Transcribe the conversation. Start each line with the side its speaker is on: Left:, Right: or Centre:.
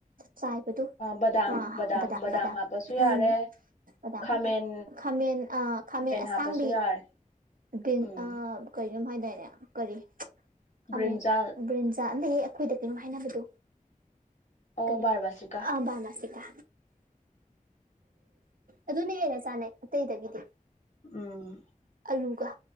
Right: ꯆꯥꯏꯕꯗꯨ
Left: ꯕꯗꯥꯝ
Right: ꯑꯥ
Left: ꯕꯗꯥꯝ
Right: ꯗꯥꯝꯗꯥꯝ
Left: ꯕꯗꯥꯝ ꯍꯥꯞꯄꯁꯨ ꯌꯥꯔꯦ
Right: ꯎꯝ ꯀꯗꯥꯝ
Left: ꯈꯥꯃꯦꯟ
Right: ꯍꯥꯞꯄ ꯈꯥꯃꯦꯟ ꯈꯥꯃꯦꯟ ꯑꯁꯥꯡꯕꯤ
Left: ꯍꯥꯞꯄꯁꯨ ꯌꯥꯔꯦ
Right: ꯕꯤꯟ
Left: ꯎꯝ
Right: ꯀꯔꯤꯅꯣꯝ ꯍꯥꯏꯗꯏꯅꯦ ꯀꯔꯤ ꯈꯥꯃꯤ
Left: ꯕ꯭ꯔꯤꯟꯖꯥꯜ
Right: ꯕ꯭ꯔꯤꯟꯖꯥ ꯑꯟꯗ ꯍꯦꯛ ꯑꯩꯈꯣꯏꯗ ꯀꯔꯤꯣꯝ ꯍꯥꯏꯅꯕꯗꯨꯣ
Left: ꯑꯣ
Right: ꯀꯔꯤ
Left: ꯕꯥꯔꯕꯥꯁꯤꯀꯥ
Right: ꯑ ꯕꯥ ꯃꯥꯁꯤꯀ ꯑꯗꯨꯅꯦ ꯍꯦꯟꯅ ꯆꯥꯟꯅꯩ ꯑꯇꯩꯗꯒꯤꯗꯤ
Left: ꯎꯝ
Right: ꯑꯂꯨꯒ